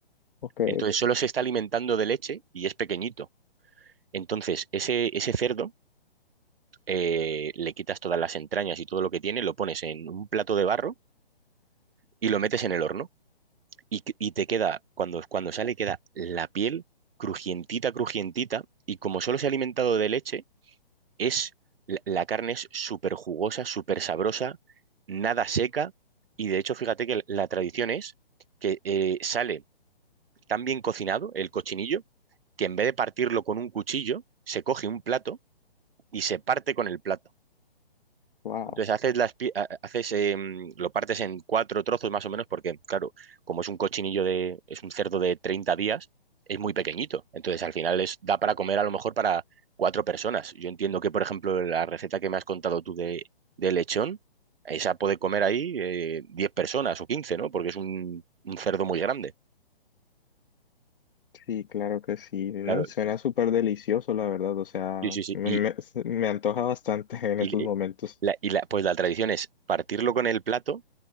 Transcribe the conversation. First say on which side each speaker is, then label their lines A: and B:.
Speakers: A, on the left (about 60°); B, on the right (about 70°).
A: ok,
B: Entonces solo se está alimentando de leche y es pequeñito. Entonces ese, ese cerdo eh, le quitas todas las entrañas y todo lo que tiene, lo pones en un plato de barro y lo metes en el horno. y, que- y te queda, cuando, cuando sale, queda la piel crujientita, crujientita, y como solo se ha alimentado de leche, es, la, la carne es súper jugosa, súper sabrosa, nada seca, y de hecho, fíjate que la tradición es que eh, sale tan bien cocinado el cochinillo, que en vez de partirlo con un cuchillo, se coge un plato y se parte con el plato.
A: wow,
B: Entonces haces las pi- ha- haces eh, lo partes en cuatro trozos más o menos porque claro, como es un cochinillo de es un cerdo de 30 días, es muy pequeñito. Entonces al final es da para comer a lo mejor para cuatro personas. Yo entiendo que por ejemplo la receta que me has contado tú de, de lechón, esa puede comer ahí eh, 10 personas o quince ¿no? Porque es un, un cerdo muy grande.
A: sí, claro que sí, no,
B: Claro.
A: suena súper delicioso, la verdad, o sea,
B: Sí, sí, sí.
A: me,
B: Y,
A: me- me antoja bastante <laughs> en
B: y
A: estos momentos,
B: la- y la- pues la tradición es partirlo con el plato